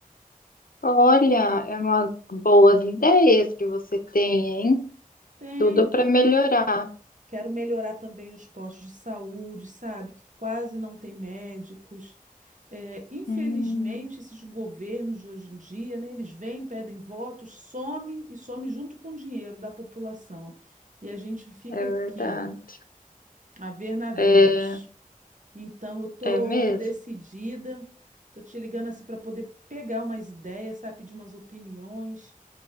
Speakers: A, on the left; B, on the right.
A: Olha, é uma boas ideias que você tem, hein?
B: Tenho,
A: Tudo para melhorar.
B: quero melhorar também os postos de saúde, sabe? Que quase não tem médicos. É, infelizmente,
A: Hum,
B: esses governos de hoje em dia, né, eles vêm, pedem votos, some e some junto com o dinheiro da população. E a gente fica
A: é verdade.
B: aqui, ó, a ver navios.
A: É,
B: Então, eu tô
A: é mesmo.
B: decidida, tô te ligando assim para poder pegar umas ideias, sabe, pedir umas opiniões.